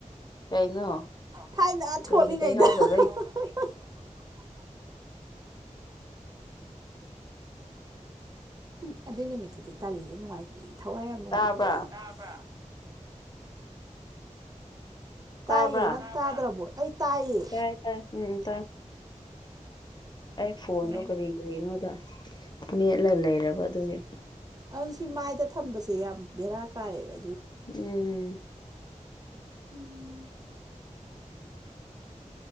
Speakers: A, on the left (about 35°); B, on the right (about 30°).
A: ꯀꯩꯅꯣ
B: ꯊꯥꯏꯅ ꯊꯣꯛꯂꯤꯉꯩꯗ
A: ꯀ꯭ꯔꯤꯝ ꯇꯩꯍꯧꯗꯕꯩ
B: ꯍꯥꯍꯥꯍꯥ ꯎꯝ ꯑꯗꯨꯏ ꯅꯨꯃꯤꯠꯇꯨꯗꯤ ꯇꯜꯂꯤꯍꯦ ꯅꯨꯡꯉꯥꯏꯇꯦ ꯊꯋꯥꯏ ꯌꯥꯝ ꯅꯨꯡꯉꯥꯏꯇꯦ
A: ꯇꯥꯕ꯭ꯔꯥ
B: ꯑꯩ ꯇꯕꯔꯥ ꯇꯥꯏꯌꯦ
A: ꯇꯥꯕ꯭ꯔꯥ
B: ꯅꯪ ꯇꯥꯗ꯭ꯔꯕꯣ ꯑꯩ ꯇꯥꯏꯌꯦ
A: ꯇꯥꯏ ꯇꯥꯏ ꯎꯝꯎꯝ ꯇꯥꯏ ꯑꯩ ꯐꯣꯟꯗꯣ
B: ꯇꯥꯏ
A: ꯀꯔꯤ ꯀꯔꯤꯅꯣꯗ ꯃꯦꯠꯂꯒ ꯂꯩꯔꯕ ꯑꯗꯨꯒꯤ
B: ꯑꯗꯨ ꯁꯤ ꯃꯥꯏꯗ ꯊꯝꯕꯁꯦ ꯌꯥꯝ ꯕꯦꯔꯥ ꯀꯥꯏꯑꯦꯕ
A: ꯎꯝ
B: ꯎꯝ